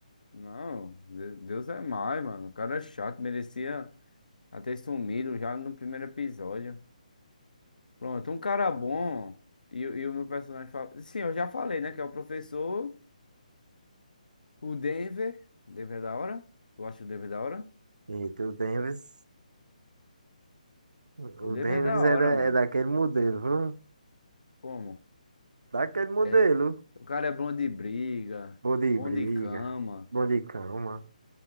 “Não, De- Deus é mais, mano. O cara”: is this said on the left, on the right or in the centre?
Left